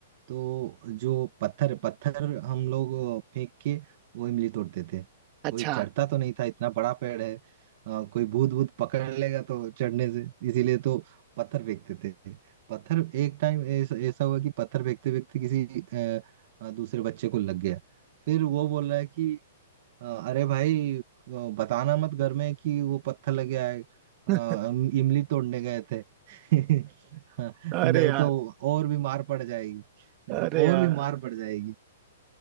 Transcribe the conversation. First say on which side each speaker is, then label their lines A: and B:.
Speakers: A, on the right; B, on the right.
A: तो जो पत्थर पत्थर हम लोग फेंक के वो इमली तोड़ते थे
B: अच्छा
A: कोई चढ़ता तो नहीं था इतना बड़ा पेड़ है अ, कोई भूत भूत पकड़ लेगा तो चढ़ने से इसीलिए तो पत्थर फेंकते थे पत्थर एक टाइम ऐसा ऐसा हुआ कि पत्थर फेंकते फेंकते किसी अ, अ, दूसरे बच्चे को लग गया फिर वो बोल रहा है कि अ, अरे भाई अ, बताना मत घर में कि वो पत्थर लग गया है
B: <laughs>
A: अ, इम- इमली तोड़ने गए थे <laughs> हाँ,
B: अरे
A: नहीं
B: यार
A: तो और भी मार पड़ जाएगी नहीं
B: अरे
A: तो
B: यार
A: और भी मार पड़ जाएगी